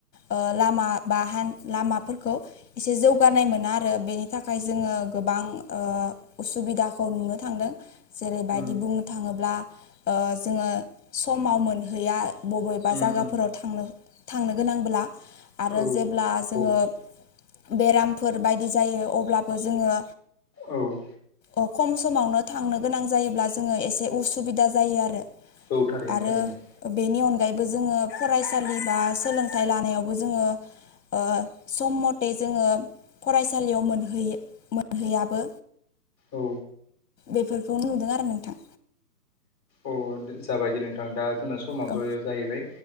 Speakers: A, on the left; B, on the left.
A: ओं लामा बा हा लामाफोरखौ एसे जौ जौगानाय मोना आरो बेनि थाखाय जोङो गोबां ओं उसुबिदाखौ नुनो थांदों। जेरैबायदि
B: उम
A: बुंनो थाङोब्ला ओं जोङो समाव मोनहैया। बबेबा
B: उम
A: जागाफोराव
B: उम
A: थांनो थांनो गोनांब्ला आरो
B: औ
A: जेब्ला जोङो
B: औ
A: बेरामफोर बायदि जायो अब्लाबो जोङो
B: औ
A: ओं खम समावनो थांनो गोनां जायोब्ला जोङो एसे उसुबिदा जायो आरो।
B: औ थारैनो
A: आरो
B: थारैनो।
A: बेनि अनगायैबो जोङो फरायसालि बा सोलोंथाइ लानायावबो जोङो ओं सम मथे जोङो फरायसालियाव मोनहैयो मोनहैयाबो।
B: औ
A: बेफोरखौनो नुदों आरो नोंथां।
B: औ जाबायदि नोंथां दा जोंना समाबो
A: औ
B: जाहैबाय।